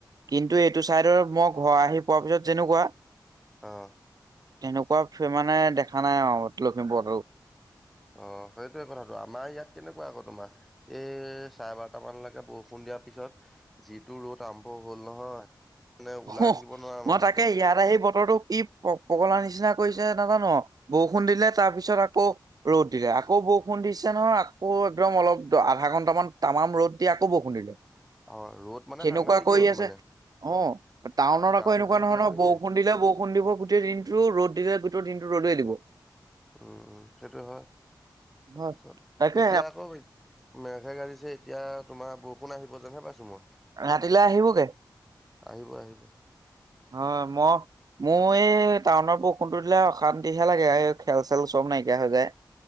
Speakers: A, on the right; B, in the centre.
A: কিন্তু এইটো চাইডৰ মই ঘৰ আহি পোৱা পিছত যেনেকুৱা
B: অ'।
A: তেনেকুৱা মানে দেখা নাই আৰু লখিমপুৰতো।
B: অ' সেইটোয়ে কথাটো আমাৰ ইয়াত কেনেকুৱা আকৌ তোমাৰ এই চাৰে বাৰটামানলৈকে বৰষুণ দিয়াৰ পিছত যিটো ৰ'দ আৰম্ভ, হ'ল নহয়। মানে ওলাই
A: অ'
B: থাকিব নোৱাৰা
A: মই
B: মানে
A: তাকে ইয়াত আহি বতৰটো কি পগলা নিচিনা কৰিছে নাজানো ন বৰষুণ দিলে তাৰপিছত আকৌ ৰ'দ দিলে আকৌ বৰষুণ দিছে, নহয় আকৌ একদম অলপ আধা ঘন্টামান তামাম ৰ'দ দি আকৌ বৰষুণ দিলে।
B: অ ৰ'দ মানে
A: সেনেকুৱা
B: সাংঘাতিক
A: কৰি
B: ৰ'দ
A: আছে
B: মানে
A: অ'। টাউনত
B: গা
A: আকৌ এনেকুৱা
B: ধুবলগীয়া
A: নহয় ন
B: কৰি
A: বৰষুণ
B: দিয়ে
A: দিলে বৰষুণ দিব গোটেই দিনটো ৰদ দিলে গোটেই দিনটো। টো ৰ'দে দিব।
B: উম উম সেইটো হয়। তাৰপিছত
A: হয় তাকে
B: এতিয়া আকৌ মেঘে গাজিছে এতিয়া তোমাৰ বৰষুণ বৰষুন আহিব যেনহে পাইছো মই।
A: ৰাতিলৈ আহিবগে,
B: আহিব আহিব
A: অ' মই মোৰ এই টাউনৰ বৰষুণটো দিলে অশান্তিহে লাগে এই খেল চেল চব নাইকিয়া হৈ যায়।